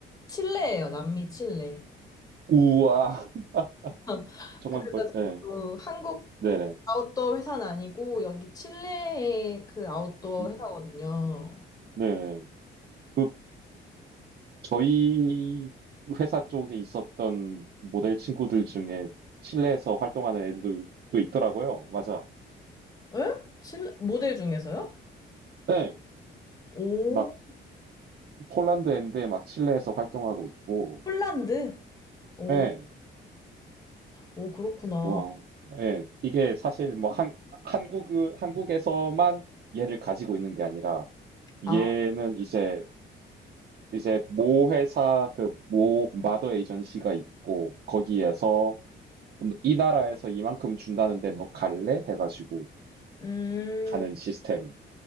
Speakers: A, on the left; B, on the right.
A: 칠레예요. 남미 칠레.
B: 우와. <laughs>
A: <laughs>
B: 정말
A: 그래가지고
B: 멀, 네.
A: 한국
B: 네네.
A: 아웃도어 회사는 아니고 여기 칠레의 그 아웃도어
B: 음,
A: 회사거든요.
B: 네. 그, 저희 회사 쪽에 있었던 그 모델 친구들 중에 칠레에서 활동하는 애들도 또 있더라고요. 맞아.
A: 에? 칠레 모델 중에서요?
B: 네.
A: 오,
B: 막 폴란드 애인데 막 칠레에서 활동하고 있고.
A: 폴란드? 오,
B: 네.
A: 오, 그렇구나.
B: 와우. 네. 이게 사실 뭐 한, 한국, 한국에서만 얘를 가지고 있는 게 아니라 얘는
A: 아,
B: 이제 이제 모 회사 그 모 마더 에이전시가 있고 거기에서 이 나라에서 이만큼 준다는데 너 갈래? 해가지고
A: 음.
B: 가는 시스템.